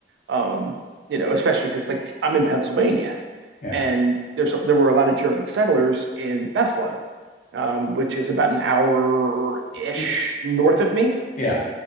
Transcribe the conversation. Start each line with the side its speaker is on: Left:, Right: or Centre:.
Right: Um, you know, especially because like I'm in Pennsylvania
Left: Yeah.
Right: and there's there were a lot of German settlers in Bethlehem, um, which is about an hour ish
Left: Yeah.
Right: north of me
Left: Yeah.